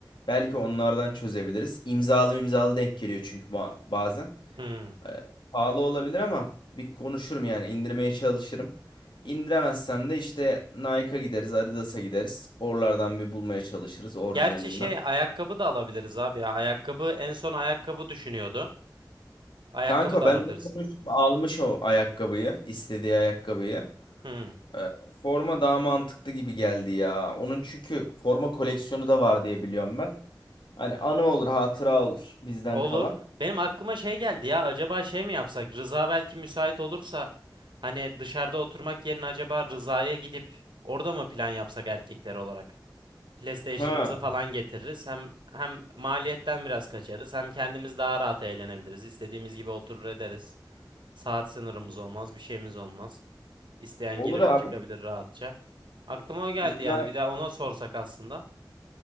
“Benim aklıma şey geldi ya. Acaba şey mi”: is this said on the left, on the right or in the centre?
Right